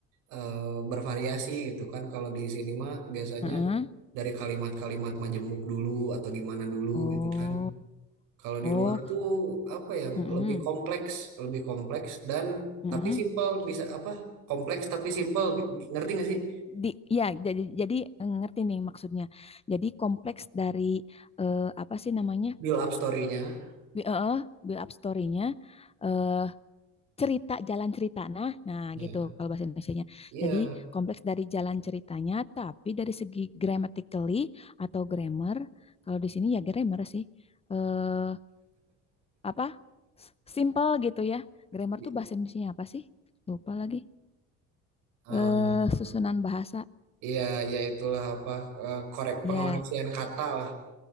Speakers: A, on the right (about 85°); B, on the left (about 20°).
A: eh, bervariasi gitu kan. Kalau di sini mah biasanya
B: Heeh.
A: dari kalimat-kalimat majemuk dulu atau gimana dulu
B: Oh,
A: gitu kan. Kalau
B: oh,
A: di luar tuh apa ya
B: mm-mm,
A: lebih kompleks, lebih kompleks dan
B: mm-mm.
A: tapi simpel bisa apa? Kompleks tapi simpel. Ngerti gak sih
B: Di, ya, jadi, jadi eh, ngerti nih maksudnya. Jadi kompleks dari eh, apa sih namanya?
A: build up story-nya?
B: Bi- eh, eh, build up story-nya, eh, cerita jalan cerita. Nah, nah
A: Iya.
B: gitu kalau bahasa Indonesianya.
A: Iya.
B: Jadi kompleks dari jalan ceritanya, tapi dari segi grammatically atau grammar, kalau di sini ya grammar sih. Eh, apa? S- Simple gitu ya.
A: <laughs>
B: Grammar
A: Di-
B: tuh bahasa Indonesianya apa sih? Lupa lagi.
A: eh,
B: eh susunan bahasa
A: Iya, ya itulah apa eh, korek
B: ya
A: pengoreksian kata lah.